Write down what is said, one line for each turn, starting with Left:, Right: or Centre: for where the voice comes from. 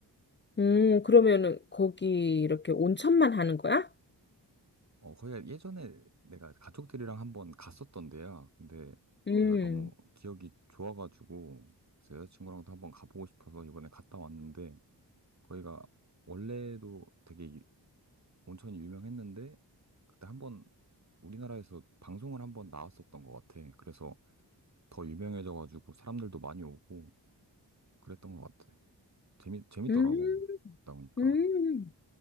Left: 음,
Right: 음.
Left: 그러면은 거기 이렇게 온천만 하는 거야?
Right: 어, 거기가 예전에 내가 가족들이랑 한번 갔었던 데야. 근데
Left: 음,
Right: 거기가 너무 기억이 좋아가지고 그래서 여자친구랑도 한번 가보고 싶어서 이번에 갔다 왔는데 거기가 원래도 되게 온천이 유명했는데 그때 한 번 우리나라에서 방송을 한 번 나왔었던 것 같아. 그래서 더 유명해져가지고 사람들도 많이 오고 그랬던 것 같아. 재미 재밌더라고.
Left: 음,
Right: 갔다 오니까.
Left: 음.